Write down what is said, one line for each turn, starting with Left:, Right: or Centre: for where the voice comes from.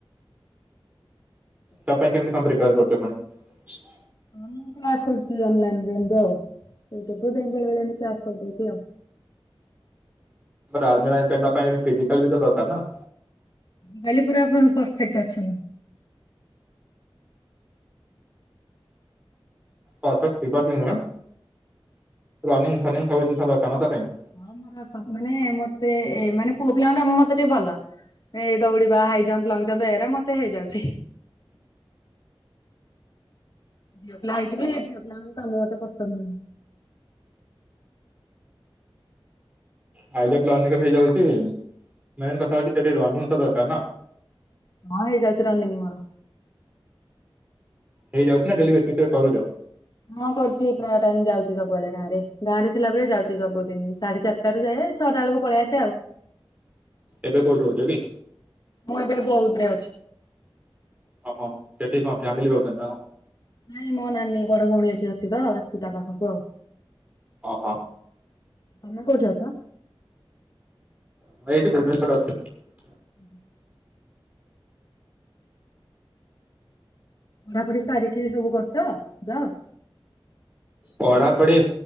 Right: ତା ପାଇଁ କେମତି କଣ ପ୍ରିପାର କରୁଛ ପୁଣି
Left: ହଁ କାସ୍ କରୁଛି ଅଲାଇନ ରେ ଏମିତି ଆଉ ଇଣ୍ଟରଭୁୟୁ ପାଇଁ ବେଳେବେଳେ ଏମିତି ଆାର୍ସ କରିଦଉଛି ଆଉ
Right: ଆର୍ମି ପାଇଁ ପାଇଁ ଫିଜିକାଲ ବି ତ ଦରକାର ନା
Left: କାଲି ପୁରା ପା ପରଫେକ୍ଟ୍ ଅଛି ମୁ
Right: ପରର୍ଫେଟ୍ ଥିବା ବି ନୁହେଁ ରନିଙ୍ଗ୍ ଫନିଙ୍ଗ୍ ସବୁ ଜିନିଷ ଦରକାର ନା ତା ପାଇଁ
Left: ହଁ ମର ସ ମାନେ ମତେ ମାନେ ପୁଅ ପିଲାଙ୍କ କାମ ମତେ ଟିକେ ଭଲ ଏଇ ଦୌଡିବା, ହାଇ ଜମ୍ପ୍, ଲଙ୍ଗ ଜମ୍ପ୍ ଏରା ମତେ ହେଇଯାଉଛି ଝିଅ ପିଲା ହେଇକି ବି ଝିଅ ପିଲାଙ୍କ କାମ ମତେ ପସନ୍ଦ ନୁହେଁ
Right: ହାଇଜମ୍ପ୍ ଲନ୍ ରେ ହେଇଯାଉଛି ମେନ୍ କଥା ହଉଛି ସେଠି ରନିଙ୍ଗ୍ ତ ଦରକାର ନା
Left: ହଁ ହେଇଯାଉଚି ରନିଙ୍ଗ୍ ମର
Right: ହେଇଯାଉଛି ନା ଡେଲି ବେସିସ୍ ରେ କରୁଛ
Left: ହଁ କରୁଛି ପ୍ରାୟ ଟାଇମ ଯାଉଛି ସବୁବେଳେ ଗାଁ ରେ ଗାଁରେ ଥିଲାବେଳେ ଯାଉଛି ଯାଉଛି ସବୁ ଦିନ ସାଢେ ଚାରିଟାରୁ ଯାଏ ଛଅଟା ବେଳକୁ ପଳେଇ ଆସେ ଆଉ
Right: ଏବେ କୋଉଠି ରହୁଛ କି?
Left: ମୁଁ ଏବେ ବଉଦ୍ ରେ ଅଛି
Right: ଓହୋ ସେଠିକି କଣ ଫ୍ୟାମିଲି ରହୁଛନ୍ତି ନା କଣ
Left: ନାଇଁ ମୋ ନାନୀ ବଡ ଭଉଣୀ ଏଠି ଅଛି ତ ଆସିଛି ତା ପାଖକୁ ଆଉ
Right: ଓ ହୋ
Left: ତମେ କୋଉଠି‌ ଅଛି
Right: ମୁଁ ଏଇଠି ଭୁବନେଶ୍ୱରରେ ଅଛି
Left: ହୁଁ ପଢ଼ାପଢ଼ି ସାରିକି ସବୁ କରୁଚ ଯବ୍
Right: ପଢ଼ାପଢ଼ି